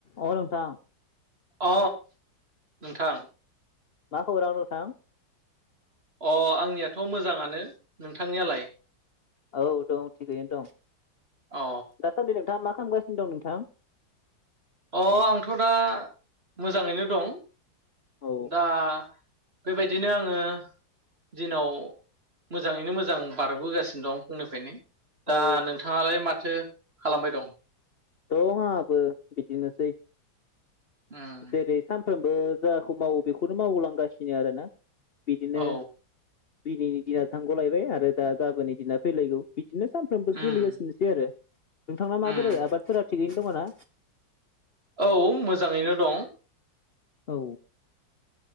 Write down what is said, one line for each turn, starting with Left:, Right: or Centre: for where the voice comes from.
Left: अ नोंथां।
Right: अ नोंथां।
Left: मा खौरां नोंथां
Right: अ आंनियाथ' मोजाङानो नोंथांनियालाय?
Left: औ दं थिगैनो दं।
Right: अ
Left: दासान्दि नोंथाङा मा खामगासिनो दं नोंथां?
Right: अ आंथ' दा मोजाङैनो दं।
Left: औ
Right: दा बेबायदिनो आङो दिनाव मोजाङैनो मोजां बारबोगासिनो दं फुंनिफ्रायनो। दा
Left: औ
Right: नोंथाङालाय माथो खालामबाय दं?
Left: दं आंबो बिदिनोसै।
Right: उम
Left: जेरै सा सानफ्रोमबो जाखौ मावो बेखौनो मावलांगासिनो आरोना। बिदिनो
Right: औ
Left: दिनैनि दिना थांगलायबाय आरो दा गाबोननि दिना फैलायगौ। बिदिनो सानफ्रोमबो
Right: उम
Left: सोलिगासिनोसै आरो। नोंथां ना माबोरै
Right: उम
Left: आबाद? बा थिगैनो दंना?
Right: औ मोजाङैनो दं।
Left: औ।